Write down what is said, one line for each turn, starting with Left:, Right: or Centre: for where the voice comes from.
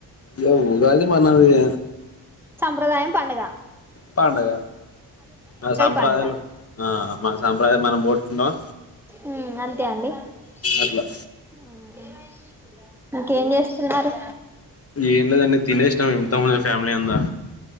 Left: లెవ్ ఉగాది మనదే
Centre: సంప్రదాయం పండగ
Left: పండగ ఆ సంప్రదయాలు
Centre: పండుగ
Left: ఆ మన సంప్రదయాలు మనం పోట్టుకుంటామా
Centre: ఉ అంతే అండి ఆహా
Left: అట్లా
Centre: ఇంకేం చేస్తున్నారు
Left: ఏం లేదండి తినేసినాం ఇంతకముందే ఫ్యామిలీ అందా